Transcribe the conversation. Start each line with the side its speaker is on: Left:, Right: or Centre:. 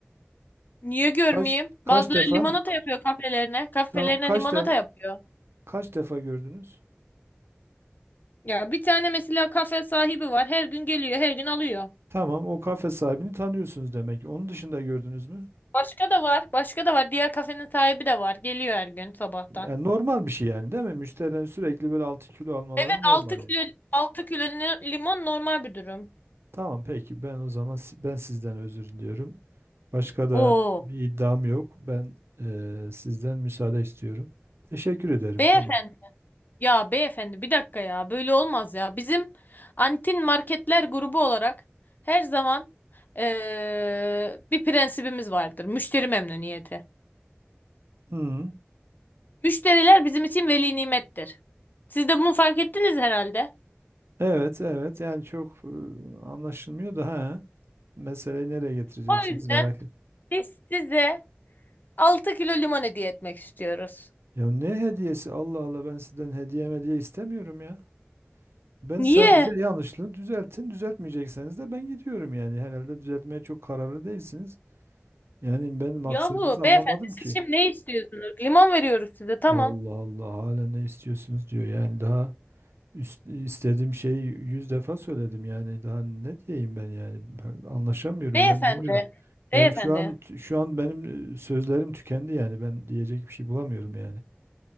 Left: Niye görmeyeyim?
Right: Kaç kaç
Left: Bazıları
Right: defa?
Left: limonata yapıyor kafelerine. Kafelerine
Right: Tamam kaç
Left: limonata
Right: defa
Left: yapıyor.
Right: kaç defa gördünüz?
Left: Ya bir tane mesela kafe sahibi var. Her gün geliyor, her gün alıyor.
Right: Tamam o kafe sahibini tanıyorsunuz demek. Onun dışında gördünüz mü?
Left: Başka da var. Başka da var. Diğer kafenin sahibi de var. Geliyor her gün sabahtan.
Right: Yani normal bir şey yani değil mi? Müşterilerin sürekli böyle 6 kilo almaları
Left: Evet
Right: normal
Left: 6 kilo
Right: yani.
Left: altı kilo li- limon normal bir durum.
Right: Tamam peki ben o zaman si- ben sizden özür diliyorum. Başka da
Left: Oo.
Right: bir iddiam yok. Ben eee, sizden müsaade istiyorum. Teşekkür ederim
Left: Beyefendi.
Right: tamam.
Left: Ya beyefendi bir dakika ya. Böyle olmaz ya. Bizim Antin Marketler grubu olarak her zaman eee, bir prensibimiz vardır. Müşteri memnuniyeti.
Right: Hı.
Left: Müşteriler bizim için veli nimettir. Siz de bunu fark ettiniz herhalde.
Right: Evet evet yani çok eee, anlaşılmıyor da ha. Meseleyi nereye getireceksiniz
Left: O yüzden
Right: merak et.
Left: biz size 6 kilo limon hediye etmek istiyoruz.
Right: Ya ne hediyesi Allah Allah ben sizden hediye hediye istemiyorum ya. Ben
Left: Niye?
Right: sadece yanlışlığı düzeltin. Düzeltmeyecekseniz de ben gidiyorum yani. Herhalde düzeltmeye çok kararlı değilsiniz. Yani ben maksadınızı
Left: Yahu beyefendi
Right: anlamadım
Left: siz
Right: ki.
Left: şimdi ne istiyorsunuz? Limon veriyoruz size tamam.
Right: Allah Allah hala ne istiyorsunuz diyor. Yani daha üst- istediğim şeyi yüz defa söyledim yani. Daha ne diyeyim ben yani. Ben Anlaşamıyorum
Left: Beyefendi,
Right: ben bilmiyorum. Yani
Left: beyefendi.
Right: şu an şu an benim e, sözlerim tükendi yani. Ben diyecek bir şey bulamıyorum yani.